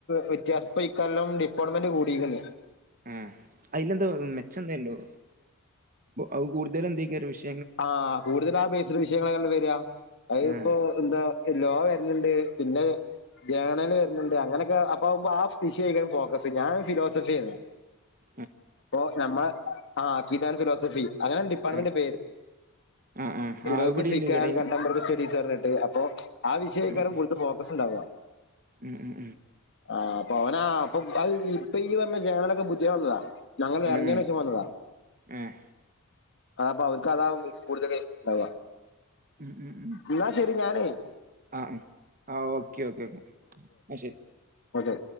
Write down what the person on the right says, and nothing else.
ആഹ് അയിലെന്താ മെച്ചന്തണ്ടോ അഹ് കൂടുതൽ എന്തക്കാരം വിഷ.
ആ
ഉ
ആ
ആഹ് ആഹ്
ആ ഇവിടെയുണ്ട്
ഇവിടെയും
ഉം
ഉം ഉം.
ഉം ഉം
ഏഹ്
ഉം ഉം ഉം
ആ ആ ആ ഓക്കെ ഓക്കെ ഓക്കെ ആ ശരി.